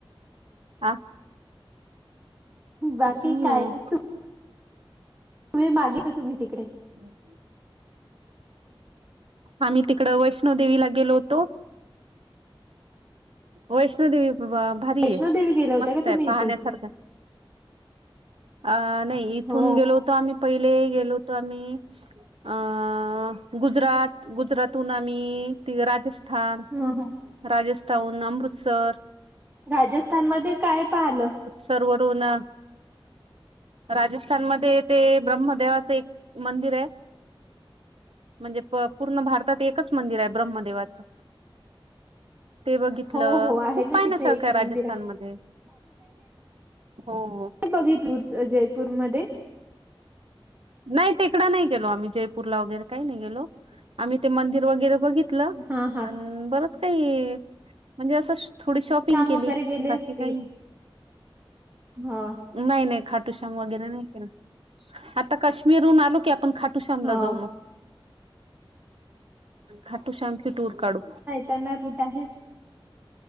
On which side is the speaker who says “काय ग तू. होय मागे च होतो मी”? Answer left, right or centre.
Right